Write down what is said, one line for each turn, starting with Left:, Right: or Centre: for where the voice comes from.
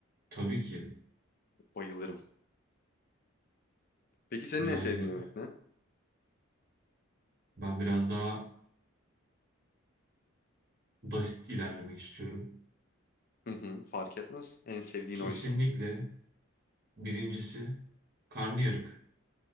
Right: Tabii ki yedim.
Left: Bayılırım. Peki senin
Right: Yani
Left: en sevdiğin yemek ne?
Right: ben biraz daha basit ilerlemek istiyorum.
Left: Hı hı, fark etmez. En sevdiğin
Right: Kesinlikle
Left: oysa.
Right: birincisi karnıyarık.